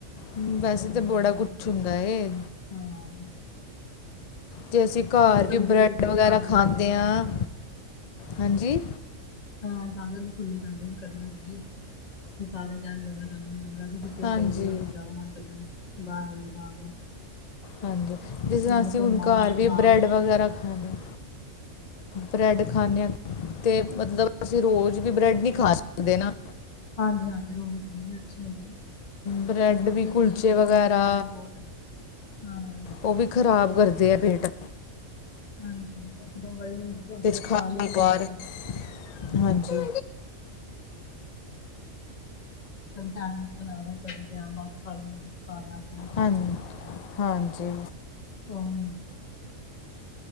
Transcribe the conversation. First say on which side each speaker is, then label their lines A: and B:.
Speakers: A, on the left (about 65°); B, on the left (about 35°).
A: ਹਮ, ਵੈਸੇ
B: ਤੇ
A: ਤਾਂ ਬੜਾ
B: ਬਾਕੀ
A: ਕੁਝ
B: ਦੇਖ
A: ਹੁੰਦਾ
B: ਲੈਣਾ,
A: ਏ
B: ਹਾਂ।
A: ਜੇ ਅਸੀ ਘਰ
B: ਉਹ
A: ਵੀ
B: ਕਦੀ
A: ਬਰੈਡ
B: ਕਦੀ ਫਿਰ
A: ਵਗ਼ੈਰਾ
B: ਸਾਰਿਆਂ
A: ਖਾਂਦੇ
B: ਦੀ ਸੁਣਨੀ ਵੀ
A: ਆਂ,
B: ਪੈਂਦੀ ਹੈ
A: ਹਾਂਜੀ।
B: ਹਾਂ ਸਾਰਿਆਂ ਦੀ ਸੁਣਨੀ ਪੈਂਦੀ ਏ, ਫੇਰ ਕਦੀ ਨਾ ਕਦੀ। ਸਾਰੇ ਜਾਣਗੇ <unintelligible> ਛੁੱਟੀਆਂ
A: ਹਾਂਜੀ
B: ਪਈ ਦੀਆਂ ਜ਼ਿਆਦਾ ਮਨ ਕਰਦਾ ਐ ਬਾਰ ਵਗੈਰਾ ਜਾਣ ਤੇ।
A: ਹਾਂਜੀ, ਜਿਸ ਰਾਂ
B: ਨਾਲੇ
A: ਅਸੀ
B: ਘੁੰਮ
A: ਹੁਣ
B: ਆਓ
A: ਘਰ
B: ਨਾਲੇ
A: ਵੀ
B: ਖਾਓ
A: ਬ੍ਰੈਡ ਵਗ਼ੈਰਾ ਖਾਨੇ ਬ੍ਰੈਡ ਖਾਂਨੇ ਆਂ, ਤੇ ਮਤਲਬ ਅਸੀਂ ਰੋਜ਼ ਵੀ ਬ੍ਰੈਡ ਨੀ ਖਾ ਸਕਦੇ ਨਾ।
B: ਹਾਂਜੀ -ਹਾਂਜੀ, ਰੋਜ਼ ਨਹੀਂ ਅੱਛੀ ਹੈਗੀ।
A: ਬ੍ਰੈਡ
B: ਜਿਦਾ
A: ਵੀ
B: ਹਫ਼ਤੇ
A: ਕੁਲਚੇ
B: 'ਚ ਇੱਕ
A: ਵਗੈਰਾ
B: ਦੋ ਵਾਰੀ ਖਾਲ ਲੀ ਬੋਤ ਐ, ਹਾਂ।
A: ਓ ਵੀ ਖ਼ਰਾਬ ਕਰਦੇ ਆ ਪੇਂਟ।
B: ਹਾਂਜੀ, ਇੱਕ ਦੋ ਵਾਰੀ ਹਫ਼ਤੇ ਚ
A: ਖਾ
B: ਖਾਲੀ
A: ਲਈ
B: ਓ
A: ਇੱਕ ਵਾਰ
B: ਠੀਕ ਐ।
A: ਹਾਂਜੀ।
B: ਹੁਣ ਸੈਂਡਵਿੱਚ ਬਣਾਣਾ ਪਏਗਾ <unintelligible>
A: ਹਾਂ ਹਾਂਜੀ।
B: ਹੋਰ।